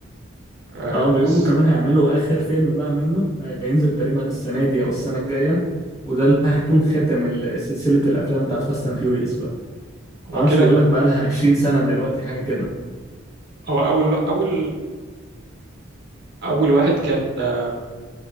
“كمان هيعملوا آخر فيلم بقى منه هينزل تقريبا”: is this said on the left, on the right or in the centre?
Left